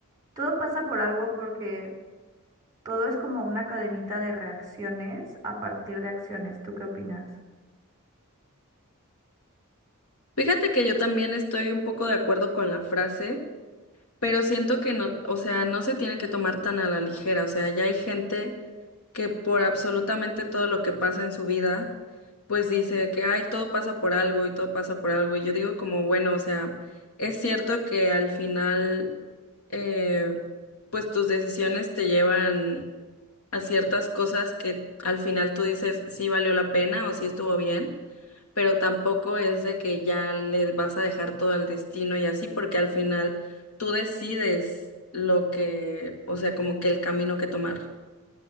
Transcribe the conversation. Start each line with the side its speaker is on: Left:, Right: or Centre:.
Right: todo pasa por algo porque todo es como una cadenita de reacciones a partir de acciones. ¿Tú qué opinas?
Left: Fíjate que yo también estoy un poco de acuerdo con la frase. Pero siento que no, o sea, no se tiene que tomar tan a la ligera, o sea, ya hay gente que por absolutamente todo lo que pasa en su vida, pues dice que, ay, todo pasa por algo y todo pasa por algo. Y yo digo como, bueno, o sea, es cierto que al final, eh, pues tus decisiones te llevan a ciertas cosas que al final tú dices si valió la pena o si estuvo bien pero tampoco es de que ya le vas a dejar todo al destino y así, porque al final tú decides lo que, o sea, como que el camino que tomar.